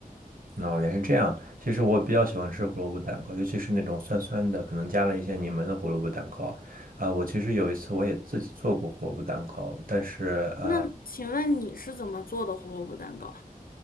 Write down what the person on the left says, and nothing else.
那请问你是怎么做的胡萝卜蛋糕？